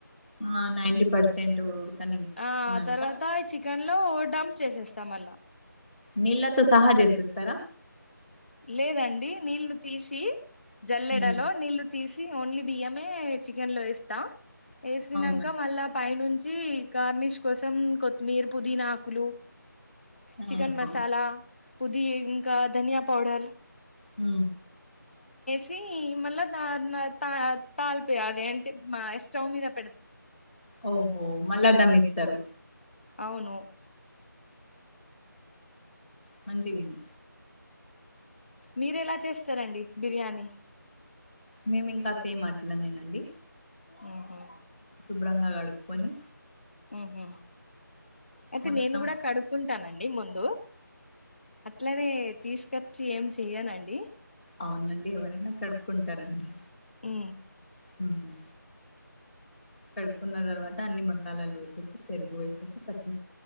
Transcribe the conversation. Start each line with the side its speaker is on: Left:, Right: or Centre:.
Centre: ఆ నైంటీ పర్సెంట్ ఉడుకనించినంక
Left: ఆ తర్వాత ఈ చికెన్ లో డంప్ చేసేస్తా మళ్ళ
Centre: నీళ్ళతో సహా చేసేస్తారా
Left: లేదండి నీళ్లు తీసి జల్లెడలో
Centre: మ్మ్.
Left: నీళ్ళు తీసి ఓన్లీ బియ్యమే చెకెన్ లో వేస్తా వేసినంక
Centre: అవునా
Left: మళ్ళ పైనుం నుంచి గార్నిష్ కోసం కొత్తిమీర పుదీనాకులు చికెన్
Centre: ఆహా
Left: మసాలా పుది ఇంకా ధనియా పౌడర్
Centre: ఉ
Left: తీ మళ్ళా తా తా తాల్పి అదే అంటే మా స్టవ్ మీద పెడత
Centre: ఓహో మళ్ళా దమిస్తారు
Left: అవును
Centre: మంచిగుంది
Left: మీరేలా చేస్తారండి బిర్యానీ
Centre: మేము ఇంకా సేమ్ అట్ల నేనండి
Left: ఉహు
Centre: శుభ్రంగా కడుక్కోని
Left: ఉహు అయితే
Centre: మొత్తం
Left: నేను కూడా కడుక్కుంటానండి ముందు అట్లనే తీసుకచ్చి ఏం చెయ్యనండి
Centre: అవునండి ఎవరైనా కడుక్కుంటారండి
Left: ఉ
Centre: మ్మ్. కడుక్కున్న తర్వాత అన్ని మసాలాలు వేసేసి పెరుగు వేసేసి పచ్చి